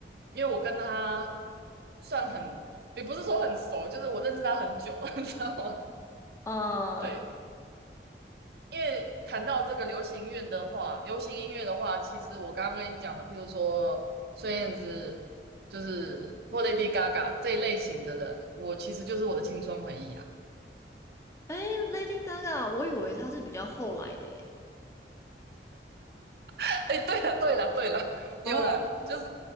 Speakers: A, on the right; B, on the left.
A: 因为我跟他算很，也不是说很熟，就是我认识他很久，<laughs> 你知道吗？
B: 呃
A: 对，因为谈到这个流行乐的话，流行音乐的话，其实我刚刚跟你讲的，譬如说孙燕姿，就是或 Lady Gaga 这一类型的人，我其实就是我的青春回忆啊。
B: l a d y Gaga，我以为她是比较后来的耶。
A: <laughs> 哎，对了，对了，对了，有了，
B: 哦，
A: 就是